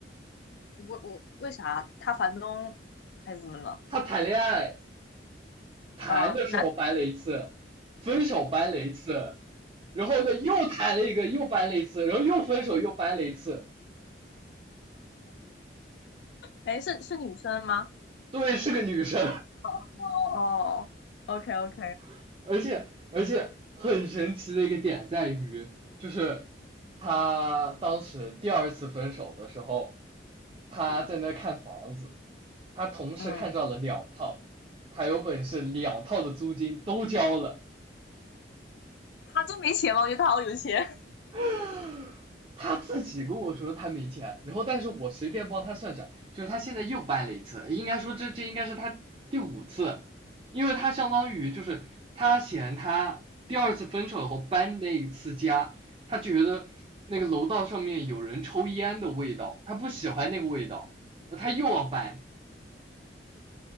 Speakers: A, on the left; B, on the right.
A: 我我为啥他房东还是怎么了？
B: 他谈恋爱谈的时候掰了一次，
A: 啊，男，
B: 分手掰了一次，然后呢又谈了一个，又掰了一次，然后又分手又掰了一次。
A: 哎，是是女生吗？
B: 对，是个女生，
A: 哦哦，OK OK，
B: <laughs> 而且而且很神奇的一个点在于，就是她当时第二次分手的时候，她在那看房子，
A: 嗯
B: 她同时看上了两套，
A: 嗯，
B: 她有本事两套的租金都交了。
A: 他真没钱吗？我觉得他好有钱。<laughs>
B: <laughs> 他自己跟我说他没钱，然后但是我随便帮他算算，就是他现在又搬了一次，应该说这这应该是他第五次，因为他相当于就是他嫌他第二次分手后搬那一次家，他觉得那个楼道上面有人抽烟的味道，他不喜欢那个味道，他又要搬，